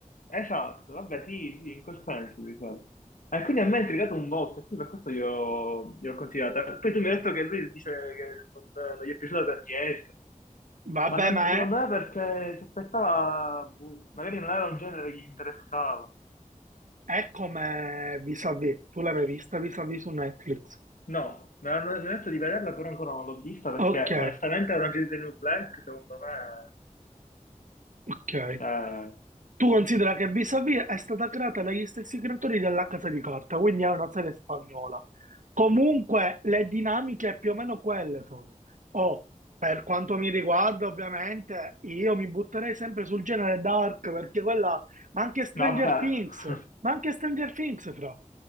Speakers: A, on the left (about 80°); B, on the right (about 70°).
A: Esatto, vabbè, sì, sì, in quel senso, diciamo. E quindi a me ha intrigato un botto, e quindi per questo gliel'ho gliel'ho consigliata. Poi tu mi hai detto che lui dice che non, non gli è piaciuta per niente,
B: Vabbè,
A: ma sem-
B: ma
A: secondo
B: è,
A: me perché si aspettava, boh, magari non era un genere che gli interessava.
B: è come vis-à-vis, tu l'hai mai vista vis-à-vis su Netflix?
A: No, mi hanno mi hanno detto di vederla, però ancora non l'ho vista perché
B: Ok,
A: onestamente Orange is the New Black, secondo me,
B: ok.
A: cioè,
B: Tu considera che Vis-a-Vis è stata creata dagli stessi creatori della Casa di Carta, quindi è una serie spagnola. Comunque le dinamiche più o meno quelle sono. O, per quanto mi riguarda, ovviamente, io mi butterei sempre sul genere dark, perché quella... Ma anche Stranger
A: vabbè,
B: Things,
A: <laughs>
B: ma anche Stranger Things, fra.